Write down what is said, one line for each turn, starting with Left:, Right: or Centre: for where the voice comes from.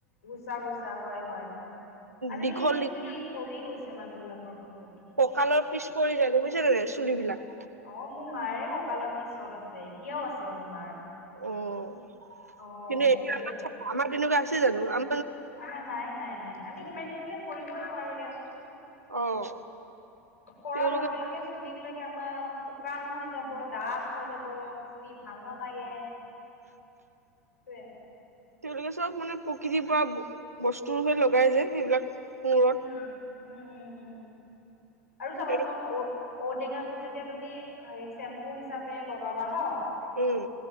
Left: গুচা - গুচা হয়। হয়- হয়। আজিকালি
Right: দীঘল দীঘল
Left: চুলি সৰি গৈছে মানুহ বিলাকৰ বহুত।
Right: ককালৰ পিছ পৰি যায়গে বুজিছা নে নাই, চুলিবিলাক?
Left: অ' মোৰ মাৰে ককালৰ পিছত আছে। এতিয়াও আছে মোৰ মাৰ।
Right: অ',
Left: অ
Right: কিন্তু এতিয়া
Left: সেইটোৱে
Right: আমাৰ কেনেকুৱা আ ছে জানো? আম
Left: আমাৰ নাই - নাই - নাই। আমি সিমানখিনিলৈ কৰিবই নোৱাৰোঁ দিয়াচোন।
Right: অ'।
Left: কৰা
Right: তেওঁলোকে
Left: লগে - লগে চুলিবিলাক কে আমাৰ শুকান হৈ যাব, দাঠ হৈ যাব, চুই ভাল নালাগে।
Right: <unintelligible>
Left: সেইটোৱে।
Right: তেওঁলোকে চব মানে প্ৰকৃতিৰ পৰা ব- বস্তুৰহে লগাই যে, সেইবিলাক মূৰত
Left: উম। উম - উম - উম। আৰু চাবাচোন
Right: সেইটো
Left: ঔ ঔটেঙাটো যেতিয়া তুমি হেৰি শ্বেম্পু হিচাপে লগাবা ন'
Right: উম।